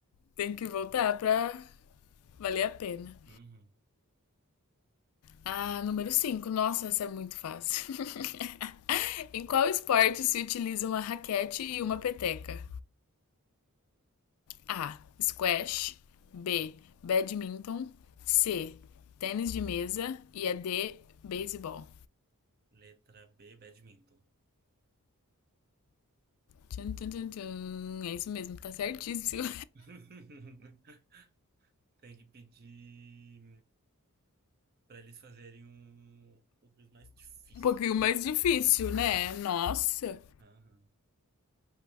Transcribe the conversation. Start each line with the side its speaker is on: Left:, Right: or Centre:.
Left: Tem que voltar pra valer a pena.
Right: Uhum.
Left: Ah, número cinco, Nossa, essa é muito fácil. <laughs> em qual esporte se utiliza uma raquete e uma peteca? A. Squash. B. Badminton. C. Tênis de mesa. E a D. Beisebol.
Right: Letra B, badminton.
Left: Tchum, tchum, tchum, É isso mesmo, tá certíssimo.
Right: <laughs> Tem que pedir para eles fazerem um, um quiz mais difícil.
Left: <laughs> um pouquinho mais difícil, né? Nossa.
Right: Aham,